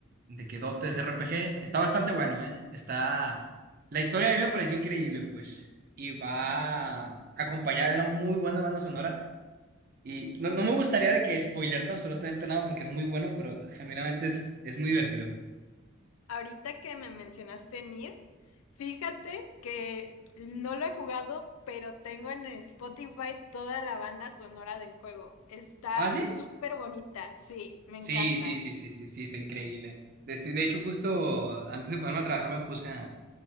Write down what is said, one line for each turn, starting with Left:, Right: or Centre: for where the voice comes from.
Right: de que dotes R P G Está bastante bueno, ¿eh? Está. La historia a mí me pareció increíble, pues. Y va acompañada de una muy buena banda sonora. Y no, no me gustaría de que spoilearte absolutamente nada porque es muy bueno, pero genuinamente es, es muy divertido.
Left: Ahorita que me mencionaste Nier, fíjate que no lo he jugado, pero tengo en Spotify toda la banda sonora del juego. Está
Right: ¿Ah, sí?
Left: súper bonita, sí, me encanta.
Right: Sí, sí, sí, sí, sí, sí, está increíble. Este, de hecho, justo antes de ponerme a trabajar me puse a,